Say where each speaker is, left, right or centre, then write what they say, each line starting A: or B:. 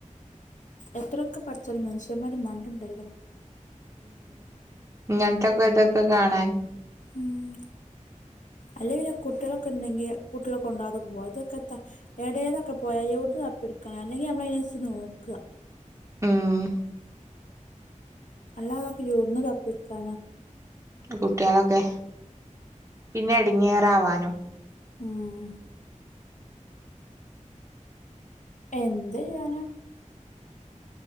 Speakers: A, on the left; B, on the right.
A: എത്രയൊക്കെ പഠിച്ചല് മനുഷ്യന്മാര് മണ്ട്ണ്ടല്ലോ
B: ഇങ്ങനത്തെക്കെ ഇതൊക്കെ കാണാൻ
A: ഉം അല്ലെ പിന്നെ കുട്ടിയോളെകെ ഉണ്ടെങ്കിൽ കുട്ടിയോളെ കൊണ്ടോവാതെ പോകും ഇതൊക്കെ എത്ത എടേന്നൊക്കെ പോയ അ ടുക്കണം അല്ലെങ്കിൽ നമ്മൾ അതിനനസരിച്ച് നോക്ക
B: ഉം
A: അല്ലാ തൊക്ക് എവിടന്നു പിക്കാന
B: കുട്ടികളൊക്കെ പിന്നെ ഇടിങ്ങേറ ആവാനും
A: ഉം എന്ത് ഇയാന